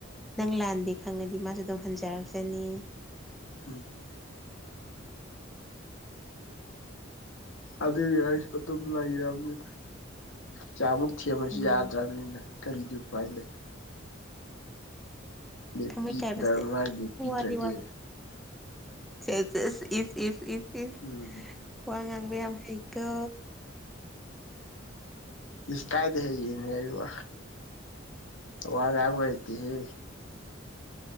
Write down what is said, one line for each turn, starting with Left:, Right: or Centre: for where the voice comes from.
Centre: ꯅꯪ ꯂꯥꯟꯗꯦ ꯈꯪꯉꯗꯤ ꯃꯥꯁꯨ ꯑꯗꯨꯝ ꯍꯟꯖꯔꯛꯆꯅꯤ
Left: ꯎꯝ ꯑꯗꯨꯗꯤ ꯑꯩꯁꯨ ꯑꯗꯨꯝ ꯂꯩꯕꯅꯤ ꯆꯥꯃꯨꯛ ꯊꯦꯝꯕꯁꯨ
Centre: ꯎꯝ
Left: ꯌꯥꯗ꯭ꯔꯕꯅꯤꯅ ꯀꯔꯤꯒꯤ ꯎꯄꯥꯏ ꯂꯩ ꯂꯦꯞꯄꯤꯗꯕ
Centre: ꯊꯥꯡꯃꯩ ꯀꯥꯏꯕꯁꯦ
Left: ꯃꯥ ꯂꯦꯞꯄꯤꯗ꯭ꯔꯗꯤ
Centre: ꯋꯥꯅꯤ ꯋꯥ ꯆꯦꯁ ꯆꯦꯁ ꯏꯁ ꯏꯁ ꯏꯁ ꯏꯁ
Left: ꯎꯝ
Centre: ꯋꯥ ꯉꯥꯡꯕ ꯌꯥꯝ ꯍꯩꯀꯣ
Left: ꯏꯁ ꯀꯥꯏꯗ ꯍꯦꯛ ꯌꯦꯡꯅꯦ ꯑꯩꯕꯨ ꯋꯥ ꯉꯥꯡꯕ ꯍꯩꯇꯦꯍꯦ